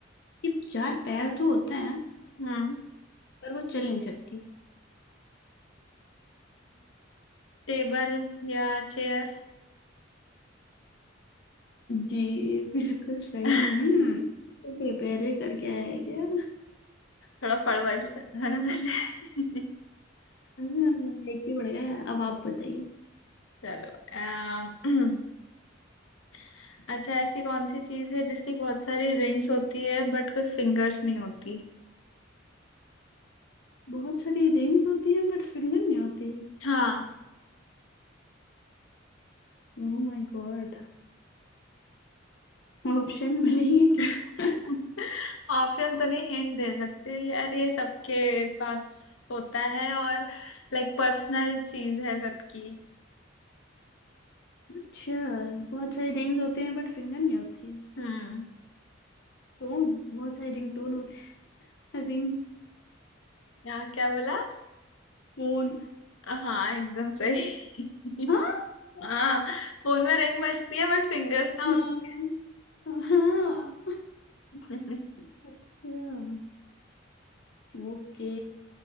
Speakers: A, on the left; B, on the left.
A: कि चार पैर तो होते हैं
B: हाँ
A: पर वो चल नहीं सकती
B: टेबल या चेयर
A: जी बिल्कुल सही
B: <laughs>
A: हम्म तो प्रिपेयर करके आया क्या
B: थोड़ा पढ़ पढ़ लिया था ना पहले <laughs>
A: लेके बढ़ गया है। अब आप बताइए
B: चलो अम, <clears throat> अच्छा ऐसी कौन सी चीज है जिसकी बहुत सारी रिंग्स होती है बट कोई फिंगर्स नहीं होती
A: बहुत सारी रिंग्स होती हैं बट फिंगर नहीं होती
B: हाँ
A: Oh my God ऑप्शन मिलेंगे क्या
B: <laughs>
A: <laughs>
B: ऑप्शन तो नहीं हिंट दे सकते यार ये सबके पास होता है और लाइक पर्सनल चीज है सबकी
A: अच्छा बहुत सारे रिंग्स होते हैं बट फिंगर नहीं होती
B: हम्म
A: फोन बहुत सारे रिंग टोन होते हैं रिंग
B: यहाँ क्या बोला
A: फोन
B: हाँ एकदम सही
A: हाँ
B: <laughs> हाँ फोन में रिंग बजती है बट फिंगर्स ना
A: हाँ
B: होते
A: हाँ
B: <laughs>
A: अच्छा ओके